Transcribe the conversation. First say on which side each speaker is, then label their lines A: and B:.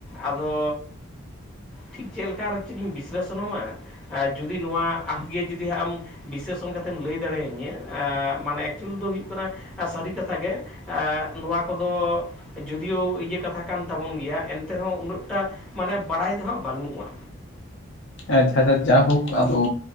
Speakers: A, in the centre; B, on the left (about 55°).
A: ᱟᱫᱚ᱾ ᱴᱷᱤᱠ ᱪᱮᱫ ᱞᱮᱠᱟ ᱟᱨ ᱪᱮᱫ ᱤᱧ ᱵᱤᱥᱞᱮᱥᱚᱱ ᱟᱢᱟ ᱟᱨ ᱡᱩᱫᱤ ᱱᱚᱣᱟ ᱟᱢᱜᱮ ᱡᱩᱫᱤ ᱦᱟᱸᱜ ᱮᱢ, ᱵᱤᱥᱮᱥᱚᱱ ᱠᱟᱛᱮᱢ ᱞᱟᱹᱭ ᱫᱟᱲᱮᱭᱟᱹᱧᱟᱹ ᱢᱟᱱᱮ ᱮᱠᱪᱩᱭᱮᱞ ᱫᱚ ᱦᱩᱭᱩᱜ ᱠᱟᱱᱟ᱾ ᱥᱟᱹᱨᱤ ᱠᱟᱛᱷᱟ ᱜᱮ ᱱᱚᱣᱟ ᱠᱚᱫᱚ, ᱡᱩᱫᱤᱭᱳ ᱤᱭᱟᱹ ᱠᱟᱛᱷᱟ ᱠᱟᱱ ᱛᱟᱵᱚᱱ ᱜᱮᱭᱟ ᱮᱱᱛᱮ ᱨᱮᱦᱚᱸ ᱩᱱᱟᱹᱜ ᱴᱟ ᱢᱟᱱᱮ ᱵᱟᱲᱟᱭ ᱫᱚ ᱦᱟᱸᱜ ᱵᱟᱹᱱᱩᱜᱼᱟ?
B: ᱦᱮᱸ ᱟᱪᱟᱷᱟ ᱟᱪᱪᱦᱟ ᱡᱟ ᱦᱳᱠ ᱟᱞᱚ᱾